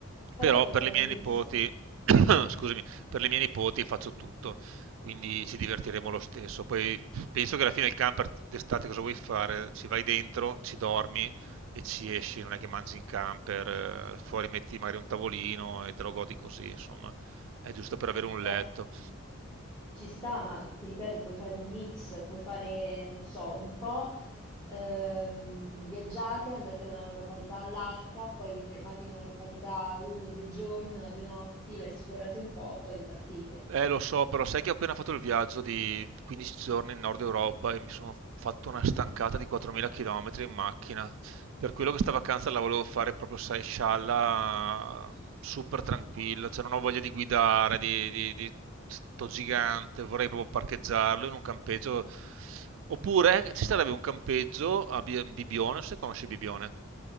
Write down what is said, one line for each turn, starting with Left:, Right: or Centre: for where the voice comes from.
Left: Vabbè,
Right: però
Left: puoi
Right: per
Left: fare
Right: le mie
Left: un mix.
Right: nipoti, <coughs> scusami, per le mie nipoti faccio tutto, quindi ci divertiremo lo stesso. Poi penso che alla fine il camper d'estate cosa vuoi fare? Ci vai dentro, ci dormi e ci esci, non è che mangi in camper, eh, fuori metti magari un tavolino e te lo godi così, insomma, è giusto per avere un
Left: Beh.
Right: letto.
Left: Ci sta, ma ti ripeto, puoi fare un mix, puoi fare, non so, un po' ehm, viaggiate, andate da una località all'altra, poi vi fermate in una località uno, due giorni, una, due notti, la esplorate un po', poi ripartite.
Right: Eh, lo so, però sai che ho appena fatto il viaggio di 15 giorni in Nord Europa e mi sono fatto una stancata di 4.000 km in macchina. Per quello che sta vacanza la volevo fare proprio, sai, scialla, super tranquilla, cioè non ho voglia di guidare, di, di, di sto gigante, vorrei proprio parcheggiarlo in un campeggio. Oppure ci sarebbe un campeggio a Bi- Bibione, non so se conosci Bibione.